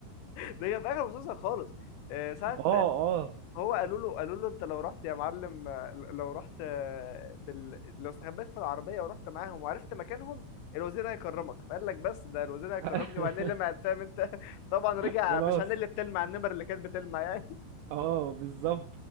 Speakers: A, on the left (about 85°); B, on the right (about 85°).
A: <laughs> ده كان في اخر المسلسل خالص آه، ساعة
B: اه اه
A: هو قالوا له قالوا له انت لو رحت يا معلم آه، لو رحت آه، بال... لو استخبيت في العربية ورحت معاهم وعرفت مكانهم الوزير هيكرمك فقال لك بس ده الوزير هيكرمني
B: <laughs>
A: وعينيه لمعت فاهم انت <laughs> طبعا رجع
B: خلاص
A: مش عينيه اللي بتلمع النمر اللي كانت بتلمع يعني
B: اه بالظبط